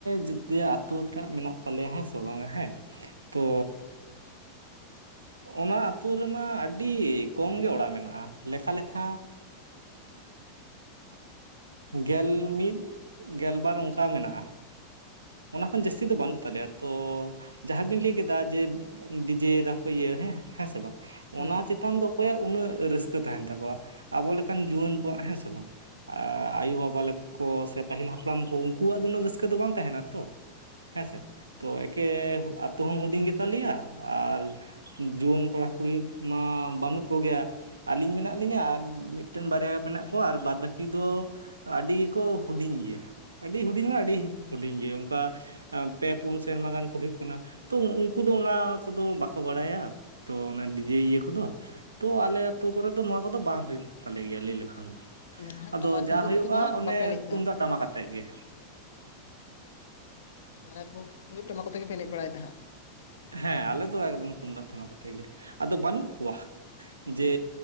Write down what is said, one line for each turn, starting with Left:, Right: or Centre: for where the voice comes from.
Right: ᱡᱮᱛᱮᱭᱟ ᱟᱹᱛᱳᱴᱟᱜ ᱢᱮᱱᱟᱜ ᱛᱟᱞᱮᱭᱟ ᱦᱮᱸ ᱥᱮ ᱵᱟᱝᱟ ᱦᱮᱸ᱾ ᱛᱚᱻ ᱚᱱᱟ ᱟᱹᱛᱩ ᱨᱮᱢᱟ ᱟᱹᱰᱤ ᱠᱚᱢ ᱜᱮ ᱚᱲᱟᱜ ᱢᱮᱱᱟᱜ-ᱟ ᱞᱮᱠᱷᱟ ᱞᱮᱠᱷᱟ ᱜᱮᱞ ᱢᱤᱫ ᱜᱮᱞᱵᱟᱨ ᱚᱱᱠᱟ ᱢᱮᱱᱟᱜ-ᱟ᱾ ᱚᱱᱟ ᱠᱷᱚᱱ ᱡᱟᱹᱥᱛᱤ ᱫᱚ ᱵᱟᱹᱱᱩᱜ ᱛᱟᱞᱮᱭᱟ ᱛᱚ ᱡᱟᱦᱟᱸ ᱵ᱾ᱤᱱ ᱞᱟᱹᱭ ᱠᱮᱫᱟ ᱡᱮ᱾ ᱰᱤᱡᱮ ᱫᱟᱠᱚ ᱤᱭᱟᱹ ᱦᱮᱸ ᱦᱮᱸ ᱥᱮ ᱵᱟᱝ
Left: ᱦᱩᱸ
Right: ᱚᱱᱟ ᱪᱮᱛᱟᱱ ᱫᱚ᱾ ᱚᱠᱚᱭᱟᱜ ᱩᱱᱟᱹᱜ ᱨᱟᱹᱥᱠᱟᱹ ᱛᱟᱦᱮᱱ ᱛᱟᱠᱚᱣᱟ᱾ ᱟᱵᱚ ᱞᱮᱠᱟᱱ ᱡᱩᱣᱟᱹᱱ ᱠᱚᱣᱟᱜ ᱦᱮᱸ ᱥᱮ ᱵᱟᱝ
Left: ᱦᱩᱸ
Right: ᱟᱭᱳ ᱵᱟᱵᱟ ᱞᱮᱠᱟ᱾ ᱠᱚ ᱥᱮ ᱯᱟᱹᱦᱤᱞ ᱦᱟᱯᱲᱟᱢ ᱠᱚ ᱩᱱᱠᱩᱣᱟᱜ ᱫᱚ ᱩᱱᱟᱹᱜ ᱨᱟᱹᱥᱠᱟᱹ ᱫᱚ ᱵᱟᱝ ᱛᱟᱦᱮᱱᱟᱚ᱾ ᱛᱚ ᱦᱮᱸᱥᱮ ᱛᱚ ᱮᱠᱮ ᱟᱛᱳ ᱦᱚᱸ ᱦᱩᱰᱤᱧ ᱜᱮᱛ ᱞᱮᱭᱟ ᱟᱨ᱾ ᱡᱩᱣᱟᱹᱱ ᱠᱚᱲᱟ-ᱠᱩᱲᱤ ᱢᱟ ᱵᱟᱹᱱᱩᱜ ᱠᱚᱜᱮᱭᱟ᱾ ᱟᱹᱞᱤᱧ ᱢᱮᱱᱟᱜ ᱞᱤᱧᱟᱹ ᱟᱨ ᱢᱤᱫᱴᱮᱱ ᱵᱟᱨᱭᱟ ᱢᱮᱱᱟᱜ ᱠᱚᱣᱟ ᱟᱨ ᱵᱟᱫᱽ ᱵᱟᱹᱠᱤ ᱫᱚ᱾ ᱟᱹᱰᱤ ᱠᱚ ᱦᱩᱰᱤᱧ ᱜᱮᱭᱟ ᱟᱹᱰᱤ ᱦᱩᱰᱤᱧ ᱢᱟᱱᱮ ᱟᱹᱰᱤ ᱦᱩᱰᱤᱧ ᱜᱮᱭᱟ᱾ ᱚᱠᱟ ᱯᱮ ᱯᱩᱱ ᱥᱮᱨᱢᱟ ᱜᱟᱱ ᱠᱚ ᱦᱩᱭᱩᱜ ᱠᱟᱱᱟ᱾ ᱛᱚ ᱩᱱᱠᱩ ᱫᱚ ᱚᱱᱟ ᱠᱚᱫᱚ ᱵᱟᱠᱚ ᱵᱟᱲᱟᱭᱟ ᱛᱚ ᱚᱱᱟ ᱰᱤᱡᱮ ᱤᱭᱟᱹ ᱠᱚᱫᱚ᱾ ᱛᱚ ᱟᱞᱮ ᱟ ᱟᱹᱛᱩ ᱠᱚᱨᱮ ᱫᱚ ᱱᱚᱣᱟ ᱠᱚᱫᱚ ᱵᱟᱝ ᱦᱩᱭᱩᱜ ᱛᱟᱞᱮ ᱜᱮᱭᱟ ᱞᱟᱹᱭ ᱞᱮᱠᱷᱟᱱ ᱫᱚ᱾
Left: ᱢᱟᱱᱮ ᱦᱟᱸᱜ
Right: ᱟᱫᱚ
Left: ᱴᱟᱢᱟᱠ
Right: ᱡᱟ
Left: ᱛᱩᱢᱫᱟᱹᱜ
Right: ᱦᱩᱭᱩᱜ-ᱟ
Left: ᱠᱚᱛᱮ ᱫᱚ ᱦᱟᱸᱜ
Right: ᱚᱱᱮ
Left: ᱵᱟᱯᱮ ᱮᱱᱮᱡ
Right: ᱛᱩᱢᱫᱟᱜ
Left: ᱫᱟ ᱦᱟᱸᱜ
Right: ᱴᱟᱢᱟᱠ ᱟᱛᱮᱫ ᱜᱮ᱾
Left: ᱢᱟᱱᱮ ᱛᱩᱢᱫᱟ ᱴᱟᱢᱟᱠ ᱠᱚ ᱛᱮᱜᱮ ᱮᱱᱮᱡ ᱵᱟᱲᱮᱫ ᱛᱟᱦᱮᱸᱜ-ᱟ᱾
Right: ᱦᱮᱸ ᱟᱞᱮ ᱫᱚ ᱮᱠᱫᱚᱢ ᱛᱩᱢᱫᱟᱜ ᱴᱟᱢᱟᱠ ᱟᱛᱮᱫ ᱜᱮ ᱟᱫᱚ ᱵᱟᱹᱱᱩᱜ ᱠᱚᱣᱟ᱾ ᱡᱮ